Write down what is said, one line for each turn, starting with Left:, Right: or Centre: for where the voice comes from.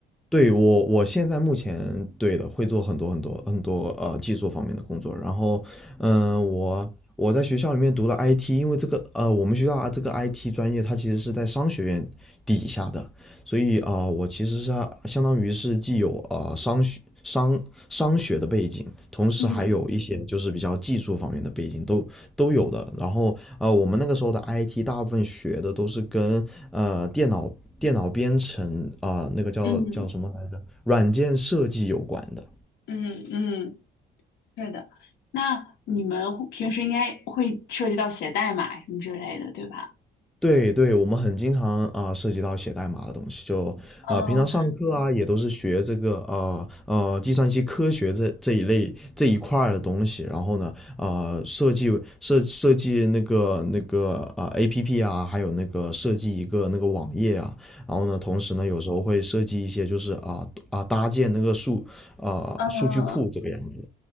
Centre: 对我，我现在目前对的会做很多很多很多呃技术方面的工作。然后，嗯，我我在学校里面读了 IT，因为这个呃我们学校啊这个 IT 专业它其实是在商学院底下的，所以啊、呃我其实是相当于是既有啊、呃商学商商学的背景，同时还有一些就是比较技术方面的背景都都有的。
Left: 嗯
Centre: 然后呃，我们那个时候的 IT 大部分学的都是跟呃电脑电脑编程啊、呃那个叫叫什么来着，
Left: 嗯
Centre: 软件设计有关的。
Left: 嗯嗯，是的。那你们会平时应该会涉及到写代码什么之类的，对吧？
Centre: 对对，我们很经常啊、涉及到写代码的东西，就啊、
Left: 嗯
Centre: 平常上课啊也都是学这个呃呃计算机科学这这一类这一块儿的东西，然后呢啊、设计设设计那个那个啊、APP 啊，还有那个设计一个那个网页啊，然后呢同时呢有时候会设计一些就是啊啊、搭建那个数啊、
Left: 嗯，
Centre: 数据库这个样子。
Left: 呃